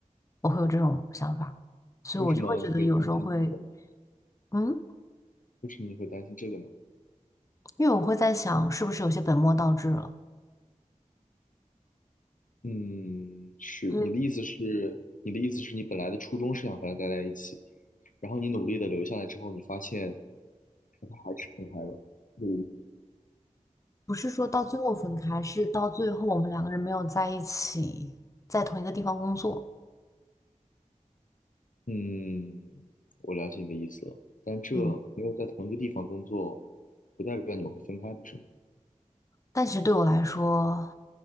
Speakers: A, on the left; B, on the left.
A: 我会有这种想法，所以我就会觉得有时候会，
B: 为什么你会担心这个呢？
A: 嗯，
B: 为什么你会担心这个呢？
A: 因为我会在想，是不是有些本末倒置了。
B: 嗯，是你的意思是，
A: 对，
B: 你的意思是你本来的初衷是想和他待在一起，然后你努力的留下来之后，你发现跟他还是分开了，这
A: 不是说到最后分开，是到最后我们两个人没有在一起，在同一个地方工作。
B: 嗯，嗯我了解你的意思了，但这没有在同一个地方工作，
A: 嗯，
B: 不代表你们会分开，不是吗？
A: 但其实对我来说，